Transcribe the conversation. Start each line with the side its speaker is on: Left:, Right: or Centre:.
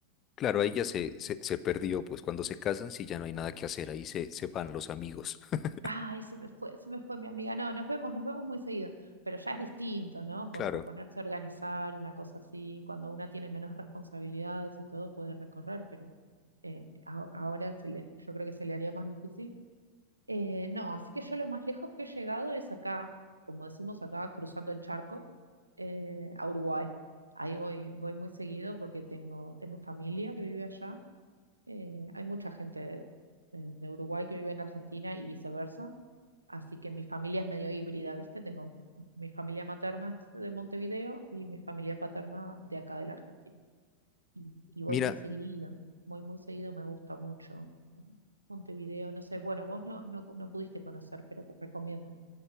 Left: Claro, ahí ya se, se, se perdió, pues cuando se casan, sí, ya no hay nada que hacer, ahí se, se van los amigos. <laughs>
Right: Ay, se me fue, se me fue mi amiga. No, nos vemos, nos vemos muy seguido. Pero ya es distinto, ¿no? Porque
Left: Claro,
Right: ponerse a organizar una cosa así, cuando una tiene menos responsabilidades y todo, puede recorrer, pero eh, a- ahora se le, yo creo que se le haría más difícil Eh, no, así que yo lo más lejos que he llegado es acá, como decimos acá, cruzando el charco, eh, a Uruguay. Ahí voy, voy muy seguido porque tengo, tengo familia que vive allá. Eh, hay mucha gente de, de- de Uruguay que vive en Argentina y viceversa. Así que mi familia es medio híbrida, ¿viste? Tengo mi familia materna es de Montevideo y mi familia paterna de acá de la Argentina y, y voy
Left: mira,
Right: muy seguido, voy muy seguido, me gusta mucho. Montevideo, no sé, bueno, vos no, no, no pudiste conocer, pero te recomiendo.